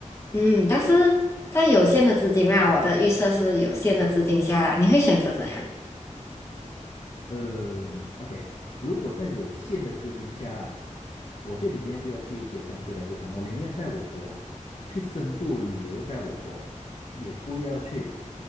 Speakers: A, on the left (about 20°); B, on the left (about 50°).
A: 嗯，但是在有限的资金啊，我的预设是有限的资金下啦，你会选择怎样？
B: 嗯，OK，如果在有限的资金下啦，我就宁愿不要去一些这样贵的地方，我宁愿在我国去深度旅游，在我国，也不要去